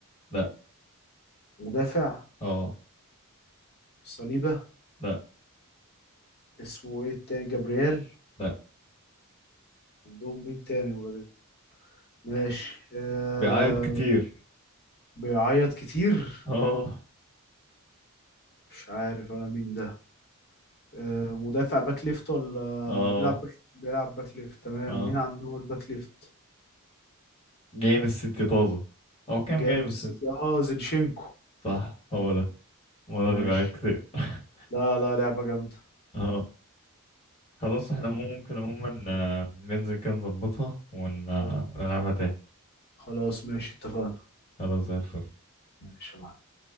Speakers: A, on the left; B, on the left.
A: لا
B: مدافع
A: اه
B: صليبة
A: لا
B: اسمه ايه التاني جابرييل
A: لا
B: عندهم مين تاني ولاد ال- ماشي آه
A: بيعيط كتير
B: بيعيط كتير
A: <laughs> اه
B: مش عارف انا مين ده آه مدافع باك ليفت ولا
A: اه
B: بيلعب باك بيلعب باك ليفت تمام
A: اه
B: مين عندهم الباك ليفت
A: جاي من الست طازة او كام
B: جاي
A: جاي
B: من
A: من
B: السيتي
A: الست
B: اه زينشينكو
A: صح هو ده هو ده
B: ماشي
A: اللي بيعيط كتير <laughs>
B: لا لا لعبة جامدة
A: اه خلاص احنا ممكن عموما آه، ننزل كده نظبطها ون- آه،
B: اه
A: ونلعبها تاني
B: خلاص ماشي اتفقنا
A: خلاص زي الفل
B: ماشي يا معلم